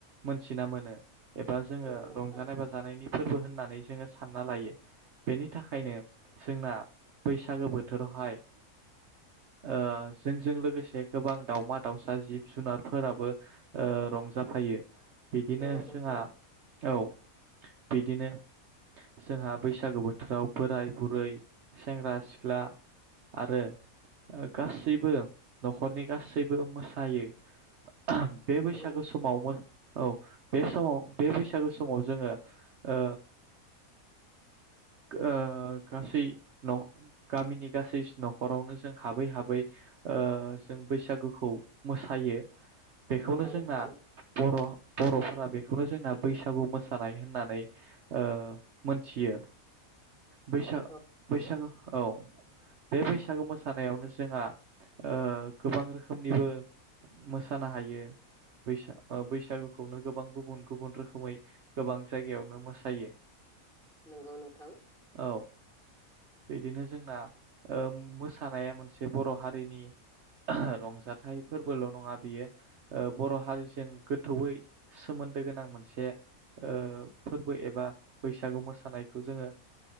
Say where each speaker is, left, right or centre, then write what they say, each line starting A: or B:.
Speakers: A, on the right; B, in the centre.
A: मोनथिना मोनो। एबा जोङो
B: नंगौ नोंथां
A: रंजानाय बाजानायनि फोरबो होननानै जोङो सानना लायो । बेनि थाखायनो जोंना बैसागो बोथोरावहाय ओ जोंजों लोगोसे गोबां दाउमा दाउसा जिब जुनारफोराबो ओ रंजाफायो। बिदिनो
B: नंगौ नोंथां
A: जोंहा औ बिदिनो जोंहा बैसागो बोथोराव बोराय बुरै सेंग्रा सिख्ला आरो गासैबो न'खरनि गासैबो मोसायो । बे बैसागो
B: नंगौ
A: समाव मो औ बे समाव बे बैसागो समाव जोङो ओ ओ गासै न' गामिनि गासैस न'खरावनो जों हाबै हाबै ओ जों बैसागोखौ मोसायो । बेखौनो
B: नंगौ
A: जोंना
B: नोंथां
A: बर' बर'फोरा बेखौनो जोंना बैसागु मोसानाय होननानै ओ मोनथियो। बैसा
B: औ नोंथां
A: बैसागो औ बे बैसागो मोस सानायावनो जोंहा ओ गोबां रोखोमनिबो मोसानो हायो । बैसा बैसागुखौनो गोबां गुबुन गुबुन रोखोमै गोबां जायगायावनो मोसायो।
B: नंगौ नोंथां।
A: औ बिदिनो जोंना ओम मोस सानाया मोनसे बर' हारिनि <unintelligible> रंजाथाइ फोरबोल' नङा बियो ओ बर' हारिजों गोथौयै सोमोन्दो गोनां मोनसे ओ फोरबो एबा बैसागु मोसानायखौ जोङो